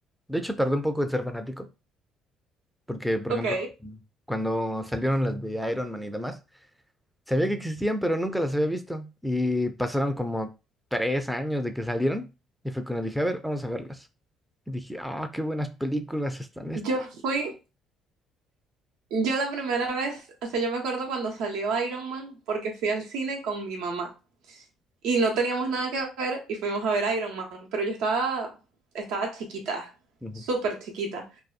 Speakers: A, in the centre; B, on the right.
A: De hecho, tardé un poco en ser fanático, porque, por
B: Ok.
A: ejemplo, cuando salieron las de Iron Man y demás, sabía que existían, pero nunca las había visto. Y pasaron como tres años de que salieron, y fue cuando dije, a ver, vamos a verlas. Y dije, ah, qué buenas películas están estas.
B: Yo fui, yo la primera vez, o sea, yo me acuerdo cuando salió Iron Man porque fui al cine con mi mamá y no teníamos nada que ver y fuimos a ver Iron Man, pero yo estaba, estaba chiquita,
A: Ujú.
B: súper chiquita.